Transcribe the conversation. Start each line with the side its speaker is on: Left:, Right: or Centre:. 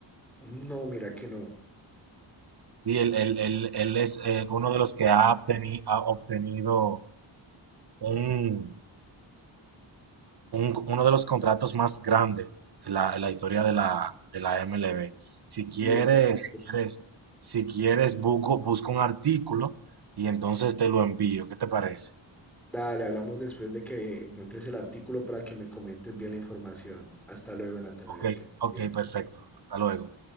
Centre: No, mira que no.
Right: Sí, él, él- él- él es eh, uno de los que ha, obteni- ha obtenido un, un- uno de los contratos más grandes en la, en la historia de la, de la MLB. Si quieres,
Centre: ¿Y de cuánto?
Right: si quieres, si quieres, busco, busco un artículo y entonces te lo envío. ¿Qué te parece?
Centre: Dale, hablamos después de que encuentres el artículo para que me comentes bien la información. Hasta luego, Natanael,
Right: Ok,
Centre: que estés
Right: ok,
Centre: bien.
Right: perfecto. Hasta luego.